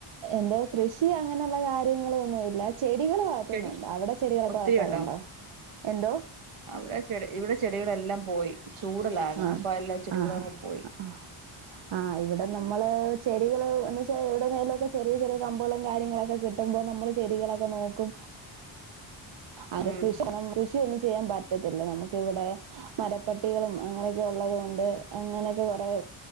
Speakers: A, on the right; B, on the right.
A: എന്തോ കൃഷി അങ്ങനെള്ള കാര്യങ്ങൾ ഒന്നു ഇല്ല ചെടികൾ വ
B: ചെടി
A: അവിടെ ചെടികളൊക്കെ
B: ഒത്തിരി
A: വളർത്താറുണ്ടോ
B: ഉണ്ടോ
A: എന്തോ
B: അവിടെ ഇവിടെ ചെടികളെല്ലാം പോയി ചൂടാല്ലേ
A: ആഹ്
B: അപ്പ എല്ലാ ചെടികളും
A: ആഹാ
B: അങ്ങ് പോയി
A: ആഹ്
B: <unintelligible>
A: ആഹ് ഇവിടെ നമ്മള് ചെടികള് എന്ന് വെച്ചാൽ എവിടുന്നേലും ഒക്കെ ചെറിയ ചെറിയ കമ്പളും കാര്യങ്ങളൊക്കെ കി ട്ട്മ്പ നമ്മള് ചെടികളൊക്കെ നോക്കും അത്
B: ഉം
A: കൃഷി കൃഷിയൊന്നും ചെയ്യാൻ പറ്റത്തില്ല നമക്ക് ഇവടെ മരപ്പട്ടികളും അങ്ങനെയൊക്കെ ഉള്ളതു കൊണ്ട് അങ്ങനെയൊക്കെ കുറെ